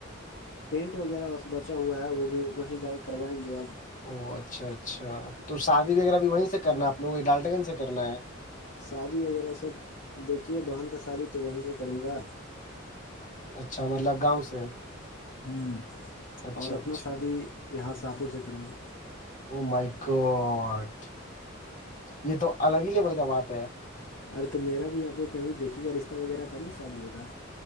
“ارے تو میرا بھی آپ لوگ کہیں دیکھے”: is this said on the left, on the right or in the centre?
Left